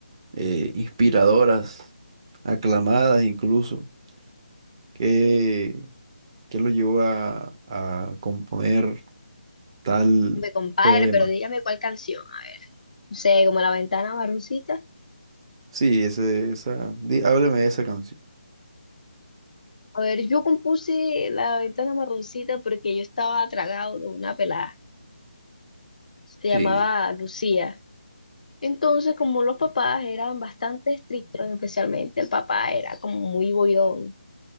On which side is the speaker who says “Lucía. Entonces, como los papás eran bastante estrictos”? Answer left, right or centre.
Left